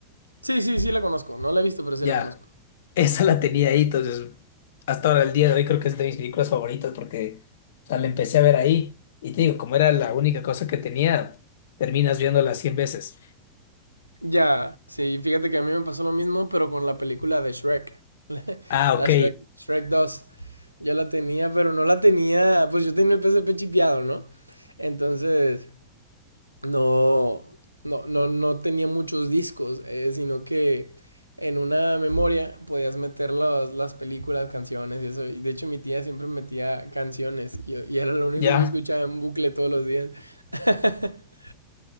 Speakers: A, on the right (about 85°); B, on the left (about 55°).
A: Sí, sí, sí la conozco. No la he visto, pero sí
B: Ya,
A: la conozco.
B: esa la tenía ahí, entonces hasta ahora el día de hoy creo que es de mis películas favoritas porque, o sea, la empecé a ver ahí. Y te digo, como era la única cosa que tenía, terminas viéndola 100 veces.
A: Ya, sí, fíjate que a mí me pasó lo mismo, pero con la película de Shrek. <laughs>
B: Ah,
A: La
B: ok.
A: Shrek, Shrek 2. Yo la tenía, pero no la tenía. Pues yo tenía el PSP chipeado, ¿no? Entonces, no, no, no, no tenía muchos discos, eh, sino que en una memoria podías meter las, las películas, canciones y eso. Y de hecho, mi tía siempre metía canciones y, y era lo único
B: Ya,
A: que escuchaba en bucle todos los días. <laughs>